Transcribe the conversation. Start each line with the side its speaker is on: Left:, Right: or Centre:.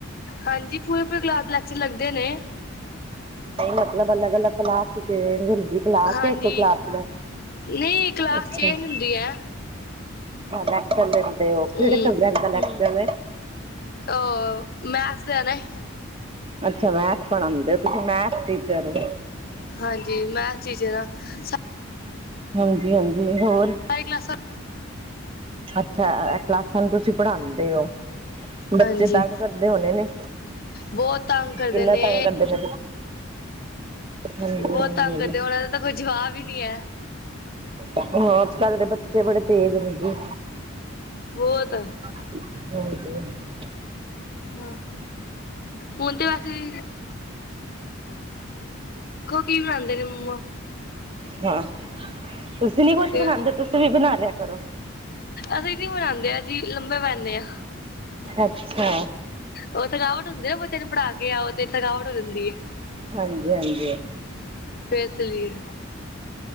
Left: ਹਾਂਜੀ, ਪੂਰੇ-ਪੂਰੇ ਕਲਾਸ ਦੇ ਲੈਕਚਰ ਲੱਗਦੇ ਨੇ
Right: ਮਤਲਬ ਅਲੱਗ-ਅਲੱਗ ਕਲਾਸ ਹਿੰਦੀ ਕਲਾਸ
Left: ਹਾਂਜੀ।
Right: ਜਾਂ ਇੱਕ ਕਲਾਸ ਦਾ
Left: ਨਹੀਂ ਕਲਾਸ
Right: ਅੱਛਾ
Left: ਚੇਂਜ ਹੁੰਦੀ ਐ।
Right: ਲੈਕਚਰ ਦਿੰਦੇ ਓ ਕਿਹੜੇ
Left: ਹੂੰ।
Right: ਸਬਜੈਕਟ ਦਾ ਲੈਕਚੱਰ ਏ
Left: ਅਹ ਮੈਂੱਥਸ ਦੇ ਨੇ
Right: ਅੱਛਾ, ਮੈਥਸ ਪੜ੍ਹਾਦੇ ਹੋ ਤੁਸੀਂ ਮੈਥਸ ਟੀਚਰ ਹੋ
Left: ਹਾਂਜੀ, ਮੈਂਥਸ ਟੀਚਰ ਆ ਸਾਰੀ
Right: ਹਾਂਜੀ-ਹਾਂਜੀ ਹੋਰ
Left: ਸਾਰੀ ਕਲਾਸਾ
Right: ਅੱਛਾ, ਇਹ ਕਲਾਸਾਂ ਨੂੰ ਤੁਸੀਂ ਪੜ੍ਹਾਦੇ ਹੋ ਬੱਚੇ
Left: ਹਾਂਜੀ
Right: ਤੰਗ ਕਰਦੇ ਹੋਣੇ ਨੇ
Left: ਬਹੁਤ ਤੰਗ ਕਰਦੇ
Right: ਕਿੰਨਾ
Left: ਨੇ
Right: ਤੰਗ ਕਰਦੇ ਠੇ ਹਾਂਜੀ-ਹਾਂਜੀ।
Left: ਬਹੁਤ ਤੰਗ ਕਰਦੇ ਉਹਨਾਂ ਦਾ ਤਾਂ ਕੋਈ ਜਵਾਬ ਹੀ ਨਹੀਂ ਹੈ
Right: ਹਾਂ, ਅੱਜ ਕੱਲ੍ਹ ਦੇ ਬੱਚੇ ਬੜੇ ਤੇਜ਼ ਨੀ ਜੀ
Left: ਬਹੁਤ
Right: ਹਾਂਜੀ
Left: ਹਾਂ ਹੁਣ ਤਾਂ ਐਸੇ ਹੀ ਕੀ ਬਣਾਉਂਦੇ ਨੇ ਮੰਮਾ
Right: ਹਾਂ ਤੁਸੀਂ ਨੀ ਕੁੱਛ
Left: ਤੇ
Right: ਬਣਾਂਦੇ, ਤੁਸੀਂ ਵੀ ਬਣਾ ਲਿਆ ਕਰੋ।
Left: ਅਸੀਂ ਨੀ ਮਨਾਂਦੇ ਆ ਅਸੀਂ ਲੰਬੇ ਪੈਂਦੇ ਹਾਂ
Right: ਅੱਛਾ
Left: ਉਹ ਥਕਾਵਟ ਹੁੰਦੀ ਨਾ ਬੱਚੇ ਨੂੰ ਪੜ੍ਹਾ ਕੇ, ਆਓ ਤੇ ਥਕਾਵਟ ਹੋ ਜਾਂਦੀ ਐ,
Right: ਹਾਂਜੀ ਹਾਂਜੀ
Left: ਫੇਰ ਚਲੀ ਏ